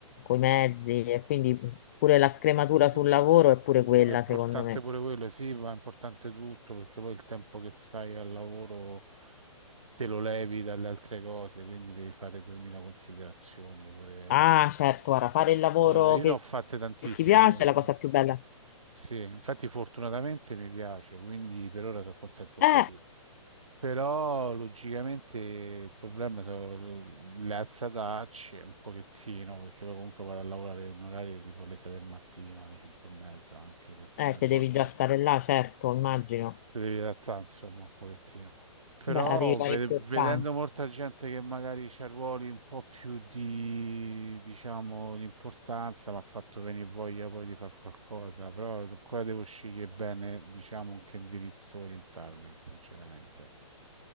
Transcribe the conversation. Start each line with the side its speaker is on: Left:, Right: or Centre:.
Left: i mezzi e quindi pure la scrematura
Right: Sì,
Left: sul
Right: sì,
Left: lavoro
Right: sì.
Left: è pure quella,
Right: È importante
Left: secondo me.
Right: pure quello, sì, ma è importante tutto perché poi il tempo che stai al lavoro te lo levi dalle altre cose, quindi devi fare 2000 considerazioni pure.
Left: Ah, certo, guarda, fare il lavoro
Right: Guarda, io
Left: che
Right: ne ho fatte tantissime,
Left: che ti piace è la cosa più bella.
Right: sì, infatti fortunatamente mi piace, quindi per ora sono contento
Left: Eh,
Right: così. Però logicamente il problema sono le alzatacce un pochettino, perché poi comunque vado a lavorare in orari tipo alle 6 del mattino, alle 5 e mezza, anche perché
Left: eh,
Right: in aeroporto
Left: che devi già stare là, certo, immagino.
Right: ti devi adattare insomma un pochettino. Però
Left: Beh, arrivi parecchio
Right: ve- vedendo
Left: stanco.
Right: molta gente che magari c'ha ruoli un po' più di, diciamo, di importanza, mi ha fatto venire voglia poi di fare qualcosa, però ancora devo scegliere bene, diciamo, in che indirizzo orientarmi, sinceramente.